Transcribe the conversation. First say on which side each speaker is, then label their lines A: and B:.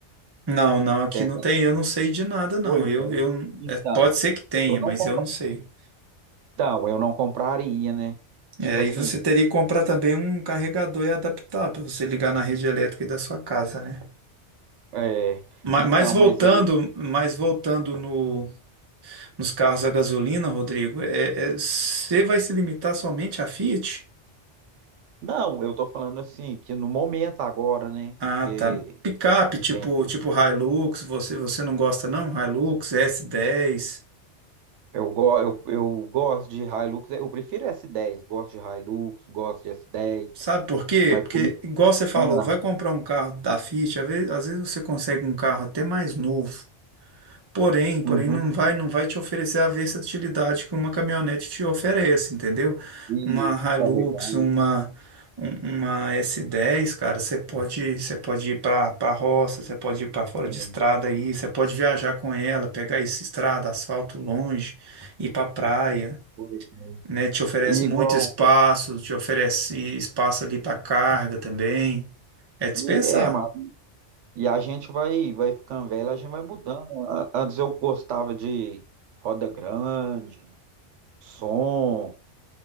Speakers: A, on the right; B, on the right.
A: Não, não, aqui
B: Tem alguma
A: não tem, eu não sei de nada, não.
B: coisa?
A: Eu, eu,
B: Então,
A: é, pode ser que tenha,
B: eu
A: mas
B: não compro.
A: eu não sei.
B: Então, eu não compraria, né? Tipo
A: É,
B: assim,
A: e você teria que comprar também um carregador e adaptar para você ligar na rede elétrica aí da sua casa, né?
B: é,
A: Ma-
B: então,
A: Mas, voltando,
B: mas aí,
A: mas voltando no, nos carros a gasolina, Rodrigo, é, é, você vai se limitar somente a Fiat?
B: não, eu tô falando assim, que no momento agora, né?
A: Ah,
B: Que
A: tá. Picape,
B: a
A: tipo,
B: gente
A: tipo Hilux, você, você não gosta não? Hilux, S10.
B: Eu, go, eu, eu gosto de Hilux, eu prefiro S10, gosto de Hilux, gosto de S10,
A: Sabe por quê?
B: mas
A: Porque,
B: por...
A: igual você falou,
B: ah,
A: vai comprar um carro da Fiat, às vezes, às vezes você consegue um carro até mais novo. Porém, porém
B: uhum,
A: não vai, não vai te oferecer a versatilidade que uma caminhonete te oferece, entendeu?
B: e
A: Uma Hilux,
B: carregar,
A: uma um- uma S10, cara, você pode, você pode ir para para roça, você pode ir para fora
B: é,
A: de estrada aí, você pode viajar com ela, pegar essa estrada, asfalto longe, ir para praia,
B: pois é.
A: né? Te oferece
B: e igual,
A: muito espaço, te oferece espaço ali para carga também. É dispensar.
B: e, é, mano, e a gente vai, vai ficando velho, a gente vai mudando. A- Antes eu gostava de roda grande, som,